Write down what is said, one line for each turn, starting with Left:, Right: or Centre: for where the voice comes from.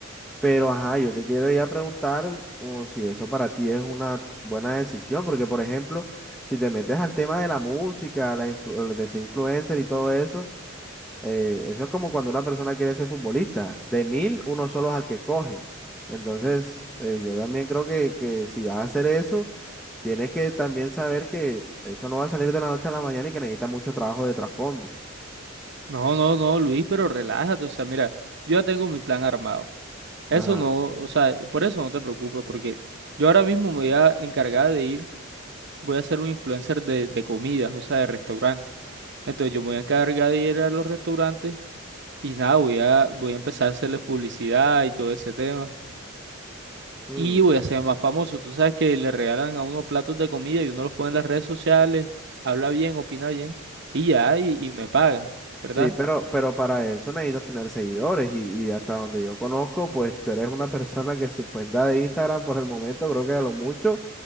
Centre: Pero, ajá, yo te quiero ya preguntar como si eso para ti es una buena decisión, porque, por ejemplo, si te metes al tema de la música, la influ- de ser influencer y todo eso, eh, eso es como cuando una persona quiere ser futbolista. De mil, uno solo es al que escogen. Entonces, eh, yo también creo que, que si vas a hacer eso, tienes que también saber que eso no va a salir de la noche a la mañana y que necesita mucho trabajo de trasfondo.
Right: No, no, no, Luis, pero relájate, o sea, mira, yo ya tengo mi plan armado. Eso
Centre: Ajá.
Right: no, o sea, por eso no te preocupes, porque yo ahora mismo me voy a encargar de ir, voy a ser un influencer de, de comidas, o sea, de restaurantes. Entonces yo me voy a encargar de ir a los restaurantes y nada, voy a, voy a empezar a hacerles publicidad y todo ese tema.
Centre: Mm.
Right: Y voy a ser más famoso. Tú sabes que le regalan a uno platos de comida y uno los pone en las redes sociales, habla bien, opina bien, y ya, y, y me pagan, ¿verdad?
Centre: Sí, pero, pero para eso necesitas tener seguidores y, y hasta donde yo conozco, pues tú eres una persona que su cuenta de Instagram por el momento creo que a lo mucho